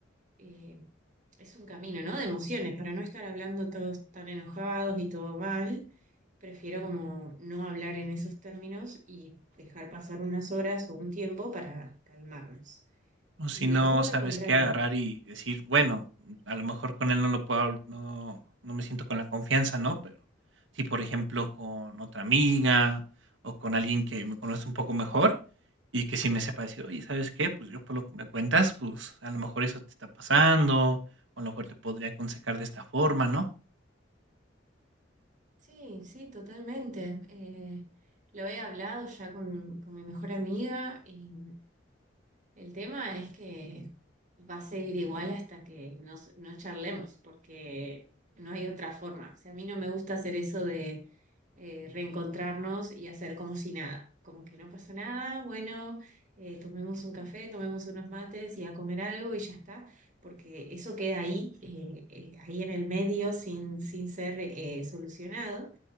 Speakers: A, on the right; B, on the right.
A: eh, es un camino, ¿no? De emociones, para no estar hablando todos tan enojados y todo mal. Prefiero como no hablar en esos términos y dejar pasar unas horas o un tiempo para calmarnos.
B: O si
A: Y
B: no
A: él todo
B: sabes
A: lo contrario.
B: qué agarrar y decir, bueno, a lo mejor con él no lo puedo, habl- no, no me siento con la confianza, ¿no? Pero si, por ejemplo, con otra amiga o con alguien que me conoce un poco mejor y que sí me sepa decir, oye, ¿sabes qué? Pues yo por lo que me cuentas, pues a lo mejor eso te está pasando, o a lo mejor te podría aconsejar de esta forma, ¿no?
A: Sí, sí, totalmente. Eh, lo he hablado ya con, con mi mejor amiga y el tema es que va a seguir igual hasta que nos- no charlemos, porque no hay otra forma. O sea, a mí no me gusta hacer eso eh, reencontrarnos y hacer como si nada, como que no pasó nada, bueno, eh, tomemos un café, tomemos unos mates y a comer algo y ya está, porque eso queda ahí, eh, eh, ahí en el medio sin, sin ser eh, solucionado